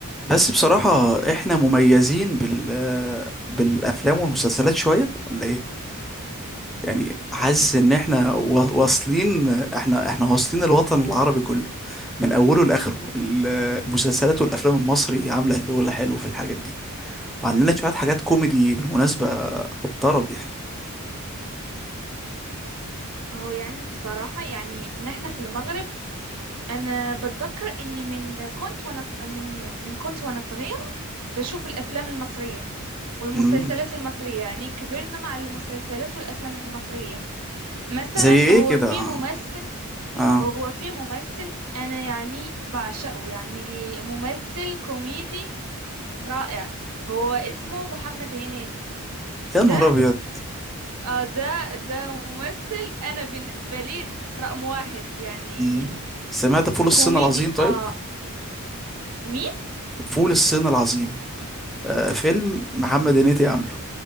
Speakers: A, in the centre; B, on the right (about 80°).
A: بس بصراحة احنا مميزين بال بالافلام والمسلسلات شوية ولا ايه يعني حاسس ان احنا وا- واصلين احنا احنا واصلين الوطن العربي كله من اوله لاخره ال- المسلسلات والافلام المصري عاملة شغل حلو في الحاجات دي وعندنا شوية حاجات كوميدي بالمناسبة طرب يعني
B: هو يعني بصراحة يعني نحن في المغرب أنا بتذكر إني من كنت وأنا ص- من من كنت وأنا صغير بشوف الأفلام المصرية والمسلسلات
A: امم
B: المصرية يعني كبرنا مع المسلسلات والأفلام المصرية مثلا
A: زي ايه
B: هو
A: كده
B: في
A: اه
B: ممثل
A: آه.
B: هو في ممثل أنا يعني بعشقه يعني ممثل كوميدي رائع هو اسمه محمد هنيدي
A: يا
B: ده
A: نهار ابيض
B: آه ده ده ممثل أنا بالنسبة لي رقم واحد يعني
A: مم. سمعت فول الصين
B: كوميدي
A: العظيم طيب
B: آه مين
A: فول الصين العظيم آه فيلم محمد هنيدي عامله